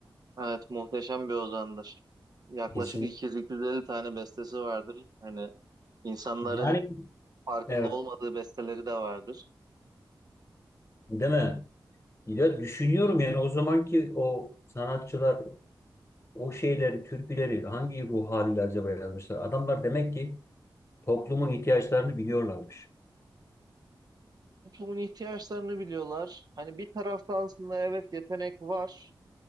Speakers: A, on the right; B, on the left.
A: evet muhteşem bir ozandır. Yaklaşık
B: Kesin.
A: 200-250 tane bestesi vardır. Hani insanların
B: Yani
A: farkında
B: evet.
A: olmadığı besteleri de vardır.
B: Değil mi? Ya düşünüyorum yani o zamanki o sanatçılar o şeyleri, türküleri hangi ruh haliyle acaba yazmışlar? Adamlar demek ki toplumun ihtiyaçlarını biliyorlarmış.
A: Toplumun ihtiyaçlarını biliyorlar. Hani bir tarafta aslında evet yetenek var.